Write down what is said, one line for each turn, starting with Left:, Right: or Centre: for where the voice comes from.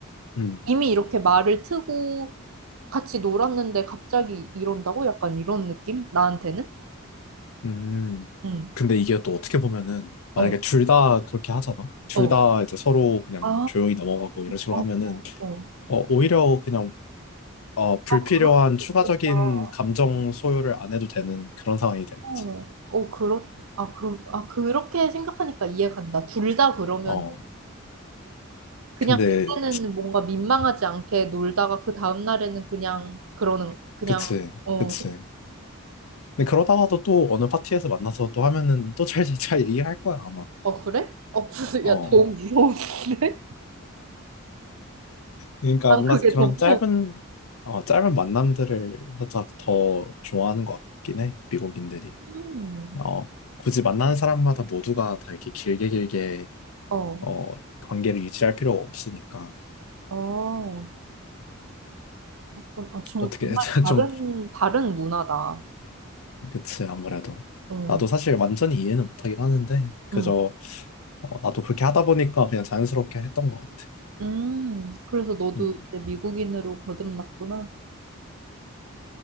Left: 음,
Right: 이미 이렇게 말을 트고 같이 놀았는데 갑자기 이런다고? 약간 이런 느낌? 나한테는?
Left: 음.
Right: 응.
Left: 근데 이게 또 어떻게 보면은, 만약에
Right: 어,
Left: 둘 다 그렇게 하잖아? 둘
Right: 어.
Left: 다 이제 서로 그냥
Right: 아,
Left: 조용히 넘어가고 이런 식으로
Right: 어,
Left: 하면은,
Right: 어.
Left: 어, 오히려 그냥, 어, 불필요한
Right: 아, 그럴 수도
Left: 추가적인
Right: 있겠다. 어,
Left: 감정 소요를 안 해도 되는 그런 상황이 되는
Right: 어,
Left: 거지.
Right: 어, 그렇, 아, 그, 아, 그렇게 생각하니까 이해간다. 둘 다 그러면은,
Left: 어,
Right: 그냥
Left: 근데,
Right: 그때는 뭔가 민망하지 않게 놀다가 그 다음날에는 그냥, 그러는, 그냥,
Left: 그치,
Right: 어,
Left: 그치. 근데 그러다가도 또 어느 파티에서 만나서 또 하면은 또 잘, 잘 얘기할 거야, 아마.
Right: 어, 그래? 어, <laughs> 무슨,
Left: 어.
Right: 야, 너무 무서운데?
Left: 그러니까
Right: 난
Left: 뭔가
Right: 그게
Left: 그런
Right: 더 무서워.
Left: 짧은 어, 짧은 만남들을 살짝 더 좋아하는 것 같긴 해 미국인들이
Right: 음,
Left: 어, 굳이 만나는 사람마다 모두가 다 이렇게 길게 길게
Right: 어,
Left: 어, 관계를 유지할 필요가 없으니까
Right: 어. 그건- 아, 지금
Left: 어떻게
Right: 정말
Left: <laughs>
Right: 다른,
Left: 좀
Right: 다른 문화다.
Left: 그치 아무래도
Right: 응,
Left: 나도 사실 완전히 이해는 못하긴 하는데 그저
Right: 응,
Left: 어, 나도 그렇게 하다 보니까 그냥 자연스럽게 했던 것 같아
Right: 음, 그래서 너도
Left: 음,
Right: 이제 미국인으로 거듭났구나.